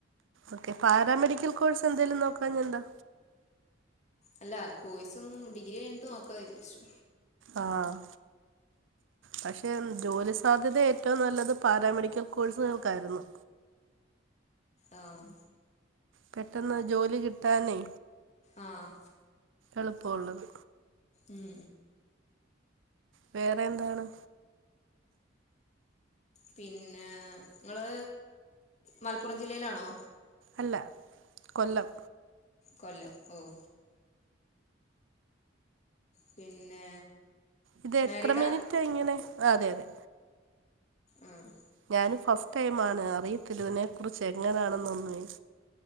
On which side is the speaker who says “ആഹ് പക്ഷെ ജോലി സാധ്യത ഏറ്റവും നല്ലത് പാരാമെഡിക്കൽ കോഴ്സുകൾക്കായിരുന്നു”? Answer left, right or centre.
Right